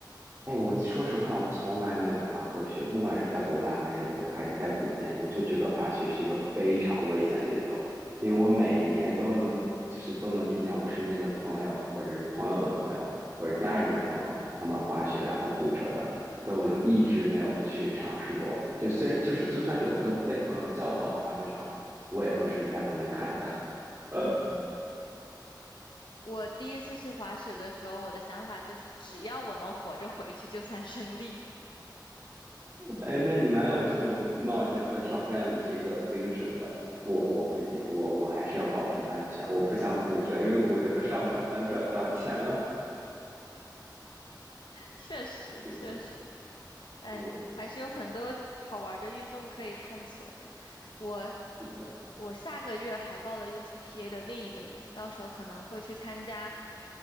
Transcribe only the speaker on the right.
哎，我说实话，我从来没有滑过雪，不管是在国外还是还是在国内，我就觉得滑雪是一个非常危险的运动，因为我每年都能，就是都能听见我身边的朋友，或者是朋友的朋友，或者家人的朋友，他们滑雪然后骨折的，所以我就一直没有去尝试过。就虽然就是就算是我跟被朋友叫到滑雪场，我也都是在旁边看着。<laughs>
哎，那你蛮有这种冒险和挑战这个精神的。我我不行，我我还是要保证安全，我不想骨折，因为骨折就上不了班，赚不了钱了。
是的，
嗯，
是的，